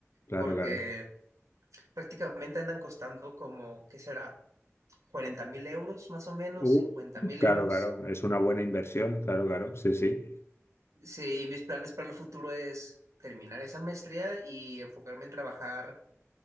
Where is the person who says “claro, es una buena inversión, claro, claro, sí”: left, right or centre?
Left